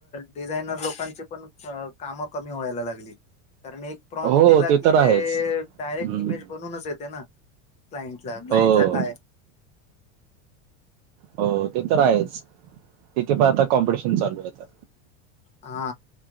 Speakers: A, on the left; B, on the right.
A: डिझायनर लोकांची पण काम कम मी व्हायला लागलली कारण एक प्रॉम
B: हो
A: दिला
B: ते
A: की
B: तर
A: ते
B: आहेच
A: डायरेक्ट
B: हम्म
A: इमेज बनूनच येते ना. क्लाइंट ला क्लाइंट
B: हो
A: ला काय.
B: हो ते तर आहेच तिथे पण आता कॉम्पिटिशन चालू आहे आता.
A: हा